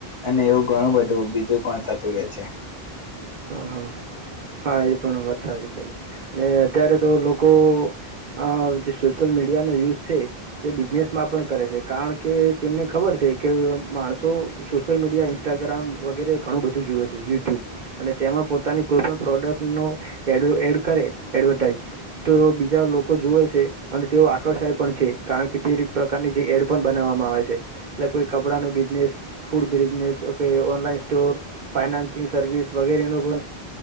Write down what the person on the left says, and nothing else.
અને એવું ઘણું બધું બીજું પણ થતું રે છે.